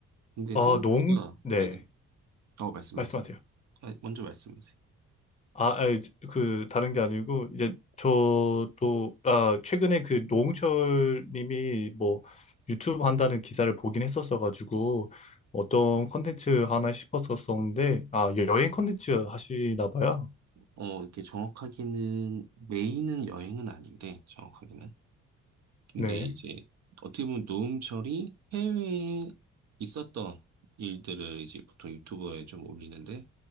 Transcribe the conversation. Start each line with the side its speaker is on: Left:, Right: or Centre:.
Right: 근데
Left: 아,
Right: 생각보다,
Left: 농, 네,
Right: 네네. 어, 말씀하세요.
Left: 말씀하세요.
Right: 아, 먼저 말씀하세요.
Left: 아, 아니, 그, 다른 게 아니고, 이제, 저도, 아, 최근에 그 노홍철 님이 뭐, 유튜브 한다는 기사를 보긴 했었어가지고, 어떤 컨텐츠 하나 싶었었는데, 아, 여행 컨텐츠 하시나 봐요.
Right: 어, 이렇게 정확하게는, 메인은 여행은 아닌데, 정확하게는. 근데
Left: 네,
Right: 이제, 어떻게 보면 노홍철이 해외에 있었던 일들을 이제 보통 유튜버에 좀 올리는데,